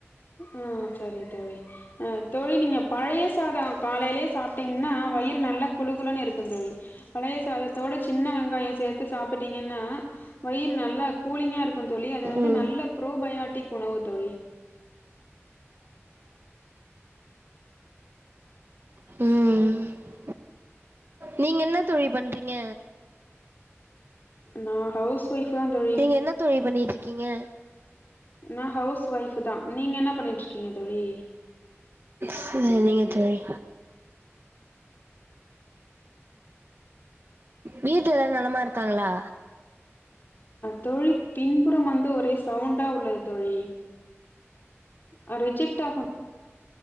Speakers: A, on the left; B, on the right.
A: ஆ செரி தோழி ஆ தோழி நீங்க பழைய சாதம் காலயிலயே சாப்பிட்டீங்கன்னா வயிறு நல்ல குழுகுலன்னு இருக் இருக்கும் தோழி பழைய சாதத்தோடு சின்ன வெங்காயோ சேத்து சாப்பிட்டீங்கன்னா வயிறு நல்லா கூலிங்காருக்கு தோழி அது வந்து
B: ம்
A: நல்ல ப்ரோபயாட்டிக் உணவு தோழி
B: ம் நீங்க என்ன தோழி பண்றீங்க
A: நா ஹவுஸ் வைஃப் தா தோழி
B: நீங்க என்ன தோழி பண்ணிட்ருக்கீங்க
A: நா ஹவுஸ் வைஃப் தா நீங்க என்ன பண்ணிட்டு இருக்கீங்க தோழி
B: செரி தோழி வீட்ல எல்லா நலமா இருக்காங்களா
A: தோழி பின்புறம் வந்து ஒரே சவுண்டா உள்ளது தோழி அ ரிஜெக்டாகு